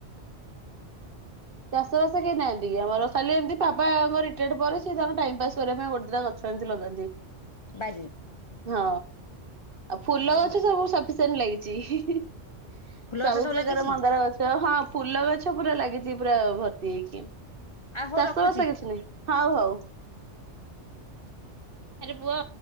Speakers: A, on the right (about 50°); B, on the left (about 40°).
A: ଚାଷବାସ କେହି ନାହାନ୍ତି କି ଆମର କାଲି ଏମିତି ବାପା ଆମ ରିଟାୟାର୍ଡ ପରେ ସିଏ ତାଙ୍କର ଟାଇମ ପାସ୍ କରିବା ପାଇଁ ଗୋଟେ ଦୁଇଟା ଗଛ ସେମିତି ଲଗାନ୍ତି?
B: ବାଜିି
A: ହଁ ଆଉ ଫୁଲ ଗଛ
B: ଭଲ
A: ସବୁ ସଫିସେଣ୍ଟ ଲାଗିଛି।
B: ଫୁଲ
A: ସବୁ
B: ଗଛ
A: ପ୍ରକାର
B: ଲାଗିଛି
A: ମନ୍ଦାର ଗଛ ହଁପ ଫୁଲ ଗଛ ପୁରା ଲାଗିଛି ପୁରା ଭର୍ତ୍ତି ହେଇକି
B: ଆଉ ହଉ
A: ଚାଷ
B: ରଖୁଛି।
A: ବାସ କିଛି ନାହିଁ। ହଉ ହଉ ଆରେ ପୁଅ